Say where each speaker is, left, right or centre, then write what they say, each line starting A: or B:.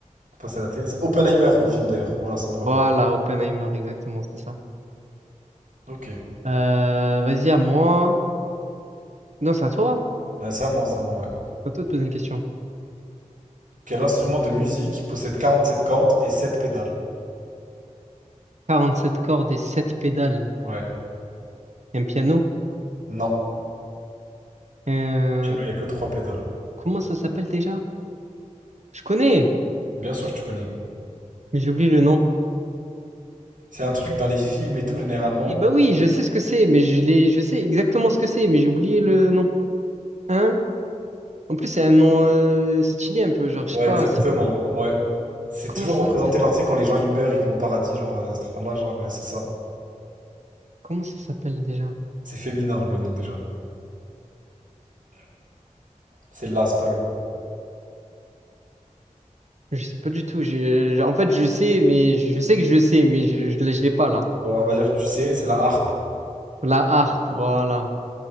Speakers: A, on the right; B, on the right.
A: C'est passé à la télé, ça. Oppenheimer, le film d'ailleurs. Voilà, ça me revient.
B: Voilà, Oppenheimer, exactement, c'était ça.
A: Ok.
B: Euh, vas-y, à moi. Non, c'est à toi.
A: Ouais, c'est à moi, c'est à moi, ouais.
B: C'est à toi de poser une question.
A: Quel instrument de musique possède 47 cordes et 7 pédales?
B: 47 cordes et 7 pédales.
A: Ouais.
B: Un piano.
A: Non.
B: Euh,
A: Piano, il n'y a que 3 pédales.
B: comment ça s'appelle déjà? Je connais,
A: Bien sûr que tu connais.
B: mais j'ai oublié le nom.
A: C'est un truc dans les films et tout, généralement.
B: Oui, bah oui, je sais ce que c'est, mais je l'ai, je sais exactement ce que c'est, mais j'ai oublié le nom. Hein? En plus, c'est un nom euh, stylé un peu, genre, je
A: Ouais,
B: sais pas,
A: exactement.
B: c'est pas.
A: Ouais. C'est
B: Comment
A: toujours
B: ça
A: représenté,
B: s'appelle?
A: genre, tu sais, quand les gens ils meurent, ils vont au paradis, genre, euh, cette là, genre, bah, c'est ça.
B: Comment ça s'appelle déjà?
A: C'est féminin, le nom déjà. C'est là, c'est pas le.
B: Je sais pas du tout. je- je- en fait, je sais, mais je, je sais que je sais, mais je, je, l'ai je l'ai pas là.
A: Bon, on va dire que tu sais, c'est la harpe
B: La harpe, voilà.